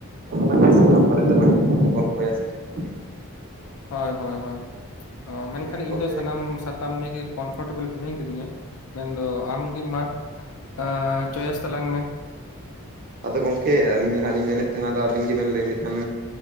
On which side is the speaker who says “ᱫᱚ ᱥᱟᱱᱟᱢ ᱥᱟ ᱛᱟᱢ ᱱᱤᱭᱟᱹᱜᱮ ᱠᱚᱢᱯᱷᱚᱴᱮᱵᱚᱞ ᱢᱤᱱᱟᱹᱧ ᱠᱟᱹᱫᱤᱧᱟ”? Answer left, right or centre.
Left